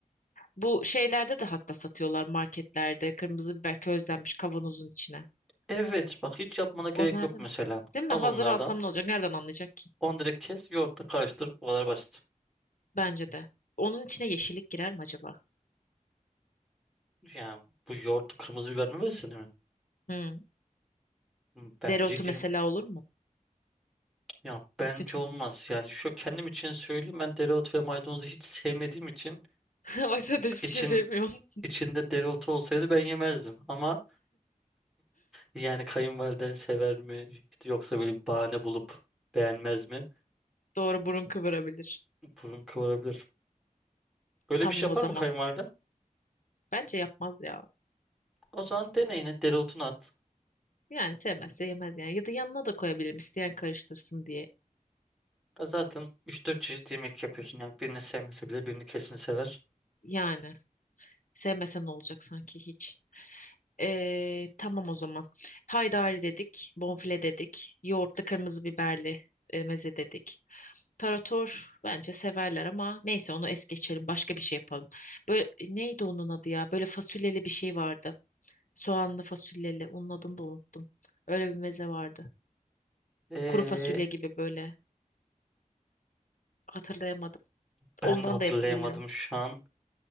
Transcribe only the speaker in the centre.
Evet bak hiç yapmana gerek
yok
mesela.
Al
onlardan.
Onu direkt kes yoğurtla karıştır. Bu kadar basit.
Ya bu yoğurt kırmızı biber mi versin mi?
Hmm, Bence
gir
ya bence
olmaz.
Yani şu kendim için söyleyeyim ben dereotu ve maydanozu hiç sevmediğim için
için
içinde dereotu olsaydı ben yemezdim. Ama yani kayınvaliden sever mi İşte yoksa böyle bir bahane bulup beğenmez mi?
Burun kıvırabilir. Böyle
bir şey yapar
mı kayınvaliden?
O zaman deneyine dereotunu at.
Ya Zaten 3-4 çeşit yemek yapıyorsun. Yani birini sevmese bile birini kesin sever.
Ee,
ben
de hatırlayamadım
şu an.